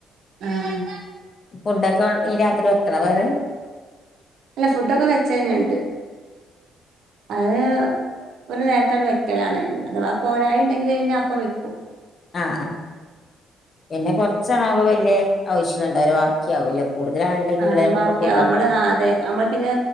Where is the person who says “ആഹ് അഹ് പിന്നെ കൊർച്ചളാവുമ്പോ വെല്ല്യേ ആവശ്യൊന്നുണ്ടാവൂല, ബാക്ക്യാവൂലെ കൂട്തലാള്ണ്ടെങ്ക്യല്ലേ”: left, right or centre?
Left